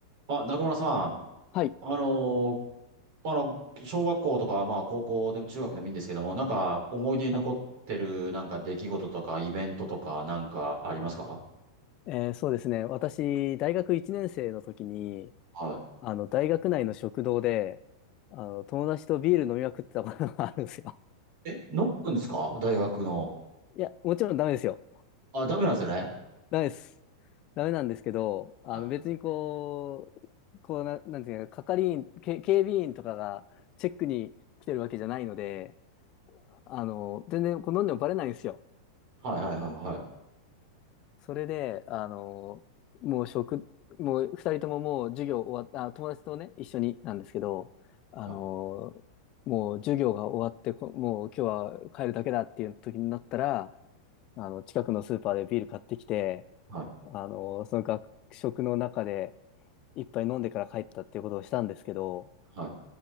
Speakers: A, on the right; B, on the left.
A: あ、中村さん、
B: はい。
A: あのーあの、小学校とか、まあ、高校でも中学でもいいんですけども、なんか、思い出に残ってる、
B: はい。
A: なんか、出来事とか、イベントとか、なんか、ありますか
B: えーそうですね。私、大学1年生の時に、
A: は
B: あの、大学内の食堂で、あの、友達とビール飲みまくってたことがあるんですよ。
A: い。え、飲むんですか大学の。
B: <laughs> いや、もちろんダメですよ。
A: あ、ダメなんですよね。
B: ダメです。ダメなんですけど、あの、
A: はい。
B: 別にこう、こうな、なんていうか、係員、け警備員とかがチェックに来てるわけじゃないので、あの、全然こう飲んでもバレないんですよ。
A: はいはいはいはい。
B: それで、あの、もう食、もう二人とももう授業終わった、あ、友達とね、一緒になんですけど、あの、
A: はい。
B: もう授業が終わって、こもう今日は帰るだけだっていう時になったら、あの、近くのスーパーでビール買ってきて、
A: はい
B: あの、その学食の中で一杯飲んでから帰ったっていうことをしたんですけど、
A: はい